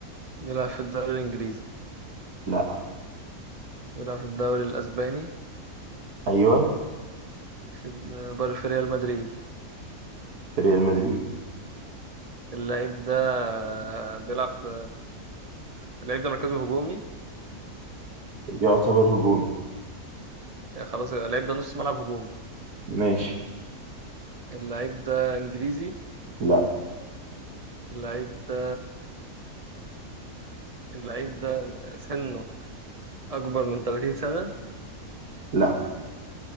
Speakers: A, on the right; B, on the right.
A: بيلعب في الدوري الإنجليزي
B: لا
A: بيلعب في الدوري الأسباني
B: ايوه
A: في بر- في ريال مدريد
B: في ريال مدريد
A: اللعيب ده بيلعب في اللعيب ده مركزه هجومي
B: يعتبر هجومي
A: خلاص يبقى اللعيب ده نص ملعب هجومي
B: ماشي
A: اللعيب ده انجليزي
B: لا
A: اللعيب ده اللعيب ده سنه اكبر من 30 سنة
B: لا